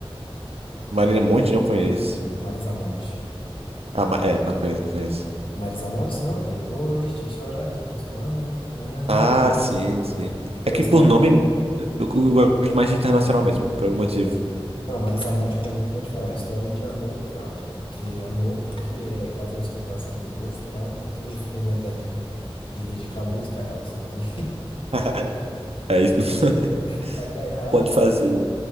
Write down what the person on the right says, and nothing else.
Marina Monte não conheço.
Ah, ma- é, não conheço, não conheço.
Ah, sim, sim. É
que por
nome eu, eu gosto mais de internacional mesmo, por algum motivo.
<laughs> É isso. <laughs>
Pode fazer.